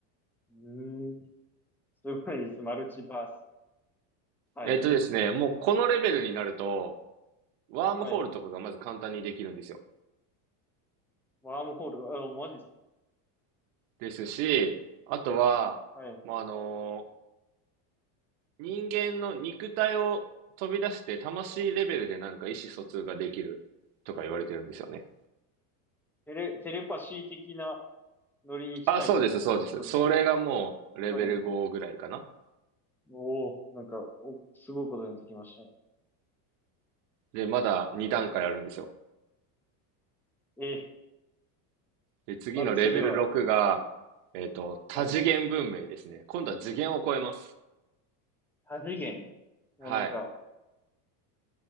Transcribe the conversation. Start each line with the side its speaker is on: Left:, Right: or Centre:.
Centre: ーん。すごいです。マルチバース。はい。
Right: えっとですね、もうこのレベルになると、ワームホールとかがまず簡単にできるんですよ。
Centre: はい。ワームホール。あ、マジです。
Right: ですし、あとは、
Centre: はい。
Right: まあ、あの、人間の肉体を飛び出して魂レベルでなんか意思疎通ができるとか言われてるんですよね。
Centre: テレ、テレパシー的なノリに近いんですかねそれ。
Right: あ、そうです、そうです。それがもうレベル5ぐらいかな。
Centre: はい。おお、なんか、お、すごいことになってきましたね。
Right: で、まだ2段階あるんですよ。
Centre: え
Right: で、次のレベル6が、
Centre: ー、あ、次は、
Right: えっと、多次元文明ですね。
Centre: はい。
Right: 今度は次元を超えます。
Centre: 多次元。
Right: はい。
Centre: もうなんか、